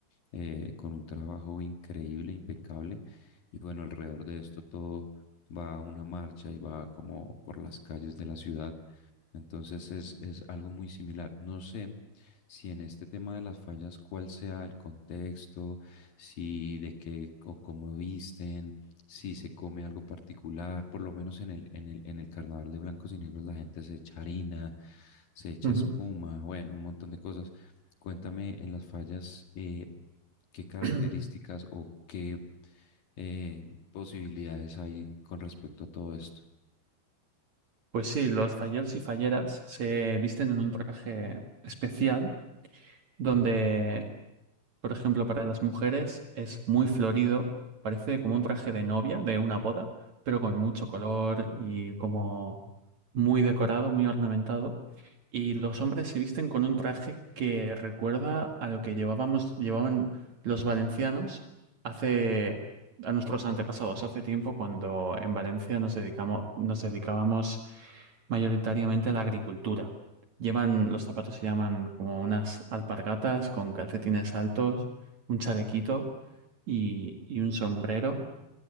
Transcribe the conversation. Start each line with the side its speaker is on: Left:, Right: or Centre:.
Left: eh, con un trabajo increíble, impecable. Y bueno, alrededor de esto todo va a una marcha y va como por las calles de la ciudad entonces es, es algo muy similar. No sé si en este tema de las fallas, cuál sea el contexto, si de qué o cómo visten, si se come algo particular, por lo menos en el, en el, en el carnaval de blancos y negros la gente se echa harina, se echa
Right: ujú.
Left: espuma, bueno, un montón de cosas. Cuéntame en las fallas eh, qué características
Right: <clears throat>
Left: o qué eh, posibilidades hay con respecto a todo esto.
Right: Pues sí, los falleros y falleras se visten en un traje especial donde, por ejemplo, para las mujeres es muy florido, parece como un traje de novia de una boda, pero con mucho color y como muy decorado, muy ornamentado. Y los hombres se visten con un traje que recuerda a lo que llevábamos, llevaban los valencianos hace, a nuestros antepasados, hace tiempo cuando en Valencia nos dedicamos, nos dedicábamos mayoritariamente la agricultura. Llevan, los zapatos se llaman como unas alpargatas con calcetines altos, un chalequito y, y un sombrero